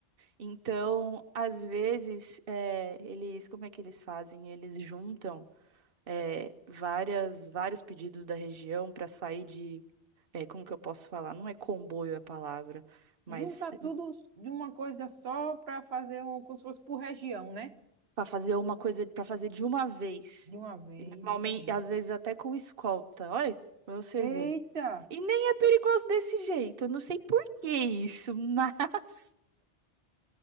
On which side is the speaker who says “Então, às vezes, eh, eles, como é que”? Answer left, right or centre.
Right